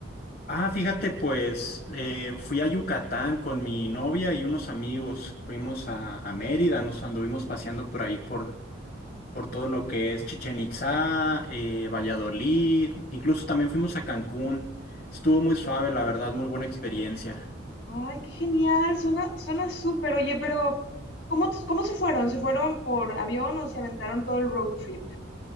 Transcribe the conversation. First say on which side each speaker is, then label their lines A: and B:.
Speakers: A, on the left; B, on the left.
A: Ah, fíjate, pues eh, fui a Yucatán con mi novia y unos amigos, fuimos a, a Mérida, nos anduvimos paseando por ahí por, por todo lo que es Chichén Itzá, eh, Valladolid, incluso también fuimos a Cancún. Estuvo muy suave, la verdad, muy buena experiencia.
B: Ay, qué genial. Suena, suena súper. Oye, pero ¿cómo, t- cómo se fueron? ¿Se fueron por avión o se aventaron todo el road trip?